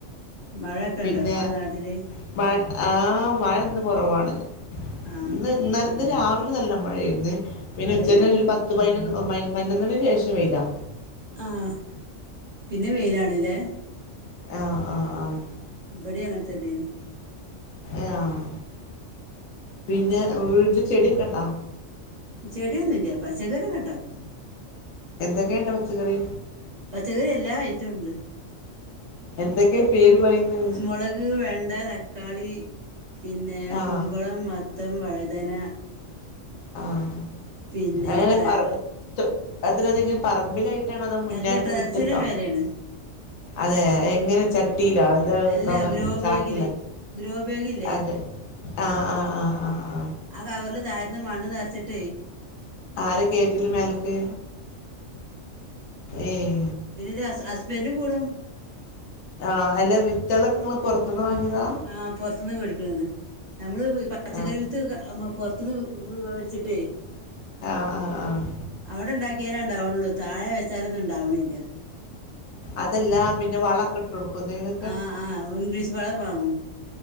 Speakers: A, on the right; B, on the left.
A: മഴയൊക്കെ
B: പിന്നെ
A: ഉണ്ടോ നിങ്ങളെ നാട്ടില്
B: മഴ ആഹ് മഴ ന്ന് കുറവാണ്
A: ആഹ്
B: ഇന്ന് ഇന്ന് ഇന്ന് രാവിലെ നല്ല മഴയാരുന്നേ പിന്നെ
A: അതെല്ലേ
B: ഉച്ചകഴിഞ്ഞ് ഒരു പത് പത്തുപൈനൊന്ന് പതിനൊന്നിന് ശേഷം വെയിലാ
A: ആഹ് പിന്നെ വെയിലാണ് ല്ലേ
B: ആഹ് ആഹ് ആഹ്
A: ഇബിടേം അങ്ങനത്തന്നേണ്
B: ആഹ് പിന്നെ വീട്ടില് ചെടിയൊക്കെ ണ്ടോ
A: ചെടിയൊന്നൂല്യ പച്ചക്കറിയൊക്കെണ്ടാക്കും
B: എന്തൊക്കെയുണ്ട് പച്ചക്കറി
A: പച്ചക്കറി എല്ലാ ഐറ്റവുണ്ട്
B: എന്തൊക്കെ പേര് പറയുന്നത്
A: മുളക് വെണ്ട ത ക്കാളി പിന്നെ
B: ആഹ്
A: കുമ്പളം മത്തം വഴുതന
B: ആഹ്
A: പിന്നെ
B: അതെങ്ങനെ
A: ഡ്രാ
B: പറ തൊ അത്രതികം പറമ്പിലായിട് ട്ടാണോ അതൊ മുന്നായത്ത്
A: അല്ല ടെറസിന്റെ
B: മുറ്റത്തോ
A: മേലെയാണ്
B: അതെ എങ്ങനെ ചട്ടീലോ
A: അല്ല
B: കവറി
A: ഗ്രോ
B: ചാക്കിലൊ
A: ബാഗില് ഗ്രോ ബാഗില്ലേ
B: അതെ ആഹ് ആഹ് ആഹ് ആഹ് ആഹ്
A: ആഹ് കവറില് താഴത്തിന്ന് മണ്ണ് നിർച്ചിട്ടേ
B: ആര കേറ്റില് മേലക്ക് ഏയ്
A: പിന്നെ ഇത് ഹസ്ബൻഡ് കൂടും
B: ആഹ് അല്ല വിത്തുകളൊക്കെങ്ങൾ പുറത്തന്ന് വാങ്ങിയതാ?
A: ആഹ് പൊറത്തിന്ന് മേടിക്കണത് നമ്മള് പച്ചക്കറി
B: ആഹ്
A: വി ത്ത് നമ്മ പൊറത്തുന്ന് വെടിച്ചിട്ടേ
B: ആഹ് ആഹ് ആഹ്
A: അവിടെ ഉണ്ടാക്കിയാലേ ഉണ്ടാവണള്ളൂ താഴെ വെച്ചാലൊന്നും ഉണ്ടാവണില്ല
B: അതെല്ല പിന്നെ വള ഒക്ക ഇട്ട കൊടുക്കുന്നേല്
A: ആഹ് ആഹ് ഉംഗ്ലീഷ് വള വാങ്ങും